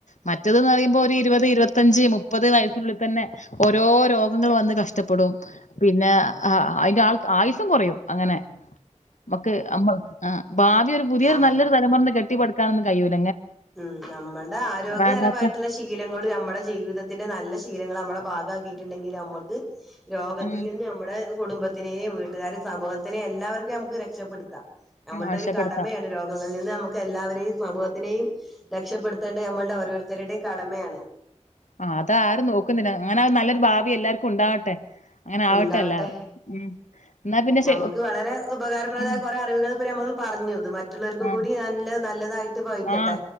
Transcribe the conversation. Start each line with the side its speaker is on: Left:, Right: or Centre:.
Left: മറ്റേതെന്നു പറയുമ്പോ ഒരു ഇരുപത് ഇരുപത്തിഞ്ച് മുപ്പത് വയസ്സിനുള്ളിൽ തന്നെ ഓരോ രോഗങ്ങൾ വന്ന് കഷ് ഇഷ്ടപ്പെടും പിന്നെ ആ അയിന്റെ ആൾ ആയുസും കുറയും അങ്ങനെ നമ്മക്ക് അമ്മ ആ ഭാവിിയ ഒരു പുതിയൊരു
Centre: ഉം
Left: നല്ലൊരു തലമുറേ നേ കെട്ടിപ്പടുക്കാൻ കയൂര്
Centre: ഉം നമ്മൾടെ ആരോഗ്യകരമായിട്ടുള്ള
Left: വേണ്ടാത്ത
Centre: ശീലങ്ങളും നമ്മുടെ ജീവിതത് ഇതിന്റെ നല്ല ശീലങ്ങളു നമ്മുടെ ഭാഗമാക്കിയിട്ടുണ്ടെങ്കിൽ നമ്മുക്ക് രോഗത്തിൽ
Left: ഉം
Centre: നിന്ന് നമ്മുടെ കുടുംബത്തിനെയും വീട്ടുകാര സമൂഹത്തിനെയും എല്ലാവർക്കും നമുക്ക് രക്ഷപ്പെടുത്താം നമ്മളുടെ
Left: ഉം, ആശപ്പെടുത്താം
Centre: ഒരു കടമയാണ് രോഗങ്ങളിൽ നിൻ ഇന്ന് നമുക്ക് എല്ലാവരെയും സമൂഹത്തിനെയും രക്ഷപ്പെടുത്തേണ്ടത് നമ്മളുടെ ഓരോരുത്തരുടെയും കടമയാണ്
Left: ആ ആതാരും നോക്കുന്നില്ല അങ്ങനാ നോല്ലൊരു ഭാവി എല്ലാർക്കും ഉണ്ടാവട്ടെ അങ്ങനെ ആവട്ടെ
Centre: ഇണ്ടാവട്ടെ.
Left: എല്ലാരും എന്നാ പിന്നെ ശ
Centre: നമുക്ക് വളരെ ഉപകാരപ്രദമായ
Left: ഉം
Centre: കുറെ അറിവുകൾ ഇപ്പ നമ്മൾ പറഞ്ഞു മ <unintelligible> റ്റുള്ളവർക്കും
Left: ആ
Centre: കൂടി ല്ലാ നല്ലതായിട്ട് ഭവിക്കട്ടെ
Left: ആഹ്